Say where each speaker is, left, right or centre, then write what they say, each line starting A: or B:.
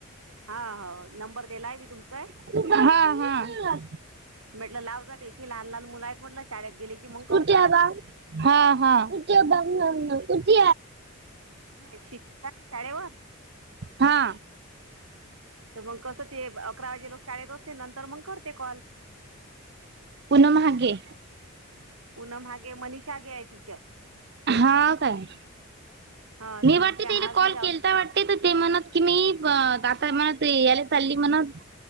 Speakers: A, on the right; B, on the right.
A: हा हा नंबर दिलाय मी तुमचाय
B: काय? हा हा.
A: म्हटलं लाव जात त्याची लहान लहान मुलं आहेत म्हटलं शाळेत गेले की मग करतात
B: कुट ब ह कुट कुट
A: शिक शाळेवर
B: हा
A: तर मग कसं ते अकरा वाजे लोक शाळेत असते नंतर मग करते कॉल
B: पुनमहाे
A: पनम हे मनीषा गे आहे टीचर
B: हा काय
A: हा
B: नाही
A: तर मग
B: वाटते
A: त्या
B: तिला
A: आज
B: कॉल
A: नाही लावत
B: केलता वाट ते म्हणत कि मी आता म्हणत यायला चालली म्हणत